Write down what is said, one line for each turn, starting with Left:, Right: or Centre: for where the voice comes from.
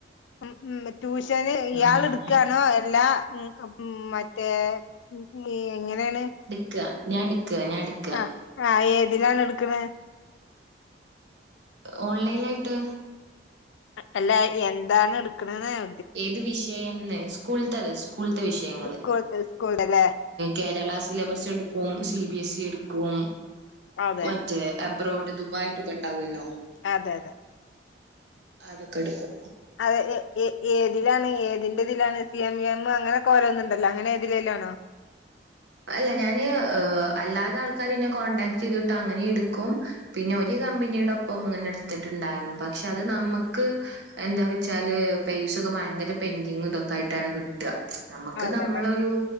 Left: ഉം ഉം ട്യൂഷന് ഇയാള്
Right: അങ്ങനെ
Left: ഇട്ക്കാണോ എല്ലാ ഉം ഉം മറ്റേ <unintelligible> എങ്ങനേണ്
Right: ഞാട്ക്ക ഞാട്ക്
Left: ആഹ് ആഹ് ഏതിലാണ് ഇട്ക്ക്ണ്?
Right: ഓൺലൈലായ്ട്ട്.
Left: അല്ല എന്താണ് ഇട്ക്ക്ണ് ന്ന് ഞാ
Right: ഏത് വിഷയംന്ന് സ്കൂൾത്തത് സ്കൂൾത്തെ വിഷയങ്ങള്.
Left: സ്കൂൾത്തെ സ്കൂൾത്തെല്ലേ
Right: കേരള സിലബസ് ഇട്ക്കും. സി ബി എസ് ഇ ഇട്ക്കും
Left: അതെ
Right: മറ്റേ അബ്രോഡ് ദുബായ്തൊക്കെ ഇണ്ടാവല്ലോ
Left: അതെതെ.
Right: അതൊക്കെട്ക്കും.
Left: അത് എ ഏ ഏതിലാണ് ഏതിന്റെതിലാണ് സി എം വി എം അങ്ങനെക്കെ ഓരോന്ന് ഇണ്ടല്ലോ അങ്ങനെ ഏതിലേലാണോ?
Right: അല്ല ഞാന് അല്ലാതെ ആൾക്കാരെന്നെ കോണ്ടടാക്ട് ചെയ്തിട്ട് അങ്ങനിം എടുക്കും. പിന്നെ ഒരു കമ്പനിയുടെ ഒപ്പംങ്ങനെ എടുത്ത്ട്ട്ണ്ടായിര്ന്നു പക്ഷെ അത് നമ്മക്ക്. എന്താ വെച്ചാല് പൈസ ഒക്കെ ഭയങ്കര പെൻഡിങ് ഇതൊക്കായിട്ടാണ് കിട്ട. നമുക്ക്
Left: അതന്നെ
Right: നമ്മളൊരു